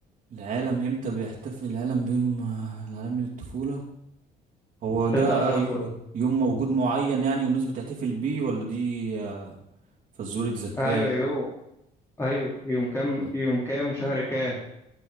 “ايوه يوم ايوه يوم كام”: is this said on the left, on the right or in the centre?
Left